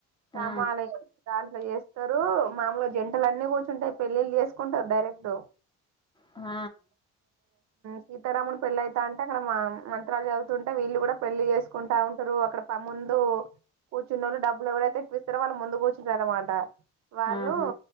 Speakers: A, on the right; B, on the left.
A: సామాలు
B: ఆ
A: దాంట్లో చేస్తారు మాములు జంటలు అన్నీ కూర్చుంటాయి పెళ్ళళ్ళ చేసుకుంటారు డైరెక్ట్
B: ఆ
A: సీతారామున్ పెళ్ళి అయితా అంటే అక్కడ మంత్రాలు చదువుతుంటే వీళ్ళు కూడా పెళ్లి చేసుకుంటా ఉంటారు అక్కడ ప ముందు కూర్చున్నోళు డబ్బులు ఎవరైతే ఇత్తర వాళ్ళు ముందు కూచుంటరనమాట వాళ్ళు
B: ఆహా